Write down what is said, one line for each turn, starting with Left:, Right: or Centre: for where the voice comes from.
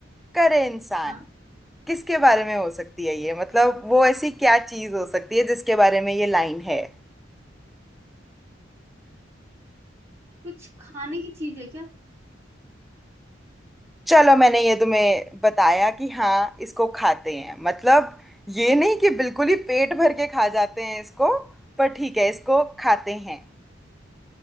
Centre: करे इंसान
Right: हाँ
Centre: किसके बारे में हो सकती है ये मतलब वो ऐसी क्या चीज हो सकती है जिसके बारे में ये लाइन है
Right: कुछ खाने की चीज है क्या
Centre: चलो मैंने ये तुम्हें बताया कि हाँ इसको खाते हैं मतलब ये नहीं कि बिल्कुल ही पेट भर के खा जाते हैं इसको पर ठीक है इसको खाते हैं